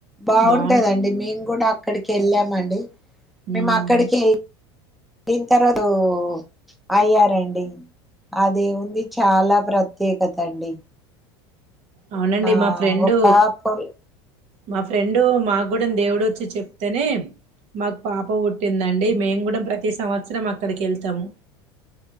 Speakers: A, in the centre; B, on the right (about 55°).
A: బాగుంటదండి
B: బావుం
A: మేము కూడా అక్కడికి వెళ్ళామండి.
B: హ్మ్
A: మేము అక్కడికి వెళ్ళిన తర్వాత వో అయ్యారండి. అదే ఉంది చాలా ప్రత్యేకత అండి.
B: అవునండి
A: ఆ
B: మా ఫ్రెండు
A: ఒక పొల్
B: మా ఫ్రెండు మాకు కూడాూ దేవుడు వచ్చి చెప్తేనే మాకు పాప పుట్టిందండి మేంగడ ప్రతి సంవత్సరం అక్కడికి వెళ్తాము